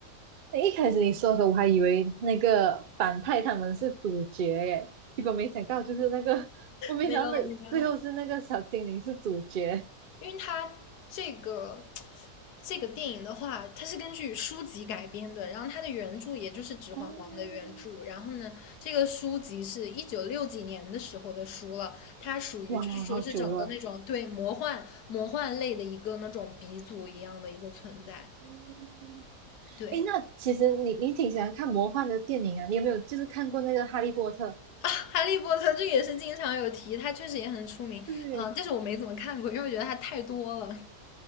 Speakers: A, on the right; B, on the left.
A: 诶一开始你说的时候，我还以为那个反派他们是主角耶，结果没想到就是那个，我没想到那最后是那个小精灵是主角。
B: 没有没有，因为它这个这个电影的话，它是根据书籍改编的，然后它的原著也就是《指环王》的原著，
A: 哦，
B: 然后呢，这个书籍是一九六几年的时候的书了，它属于就是说是整个那种对魔幻魔幻类的一个那种鼻祖一样的一个存在，
A: 哇，好久了。嗯，
B: 对。
A: 诶，那其实你你挺喜欢看魔幻的电影啊？你有没有就是看过那个《哈利波特》？
B: 啊，哈利波特这个也是经常有提，它确实也很出名，
A: 对，
B: 嗯，但是我没怎么看过，因为我觉得它太多了